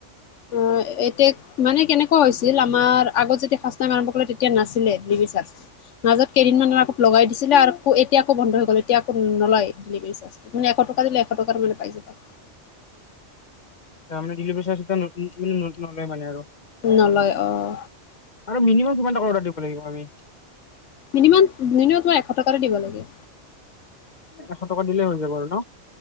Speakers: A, on the left; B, on the left.
A: অ' এতিয়া মানে কেনেকুৱা হৈছিল, আমাৰ আগত যেতিয়া ফাৰ্ষ্ট টাইম আৰম্ভ কৰিলে, তেতিয়া নাছিলে <unintelligible> মাজত কেইদিনমানৰ আগত লগাই দি দিছিলে আকৌ এতিয়া আকৌ বন্ধ হৈ গ'ল, এতিয়া আকৌ নলয় ডেলিভাৰী চাৰ্জটো, তু এশ টকা দিলে এশ টকাৰ মানে পাই যাবা।
B: তাৰমানে ডেলিভাৰী চাৰ্জ টো নতুন মানে নতুন নতুন নলয় আৰু
A: নলয় অহ।
B: আৰু মিনিমাম কিমান অৰ্ডাৰ দিব লাগিব আমি
A: মিনমাম মম তোমাৰ এশ টকাটো দিব লাগে।
B: মানে এশ টকা দিলেই হৈ যাব আৰু ন'।